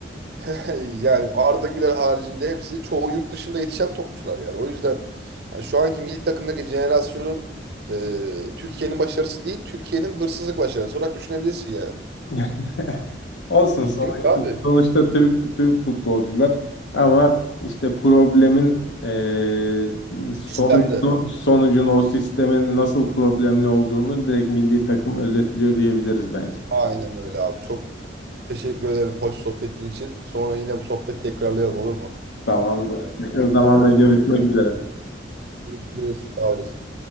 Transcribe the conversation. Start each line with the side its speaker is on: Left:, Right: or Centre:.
Right: <laughs> Yani Arda Güler haricinde hepsi çoğu yurt dışında yetişen topçular yani. O yüzden hani şu anki milli takımdaki jenerasyonun e, Türkiye'nin başarısı değil, Türkiye'nin hırsızlık başarısı olarak düşünebilirsin yani.
Left: <laughs> Olsun sonuçta,
Right: Yok abi.
Left: sonuçta Türk, Türk futbolcular ama işte problemin eee sonucu,
Right: Sistemde.
Left: sonucun o sistemin nasıl problemli olduğunu direkt milli takım özetliyor diyebiliriz bence.
Right: Aynen öyle abi. Çok teşekkür ederim hoş sohbetin için. Sonra yine bu sohbet tekrarlayalım olur mu?
Left: Tamamdır. Yakın zamanda görüşmek üzere.
Right: Görüşürüz. Sağ olasın.